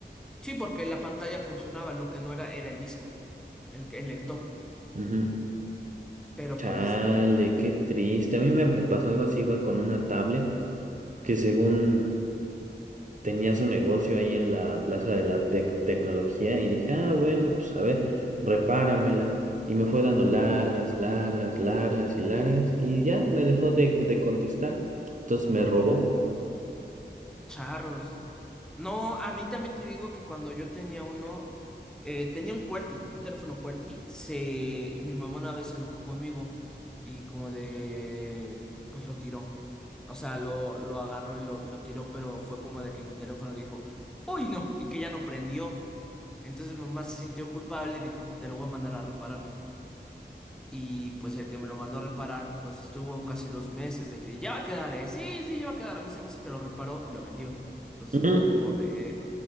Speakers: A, in the centre; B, on the right (about 45°).
A: Sí, porque la pantalla funcionaba, lo que no era era el disco, el, el lector.
B: Ujú.
A: Pero
B: Chale,
A: pues
B: qué triste. A mí me, me pasó algo así igual con una tablet que según tenía su negocio ahí en la Plaza de la Tec- Tecnología y dije, ah, bueno, pues a ver, repáramela. Y me fue dando largas, largas, largas y largas y ya me dejó de, de contestar. Entonces me robó.
A: Charros. No, a mí también te digo que cuando yo tenía uno, eh, tenía un QWERTY, un teléfono QWERTY, se, mi mamá una vez se enojó conmigo y como de, pues lo tiró. O sea, lo, lo agarró y lo, lo tiró, pero fue como de que mi teléfono dijo, uy, no, y que ya no prendió. Entonces mi mamá se sintió culpable y dijo, te lo voy a mandar a reparar. Y pues el que me lo mandó a reparar, pues estuvo casi dos meses de que ya va a quedar, ¿eh? Sí, sí, ya va a quedar. A mí se me hace que lo reparó y lo vendió. Entonces
B: <clears throat> Ujú.
A: fue como de,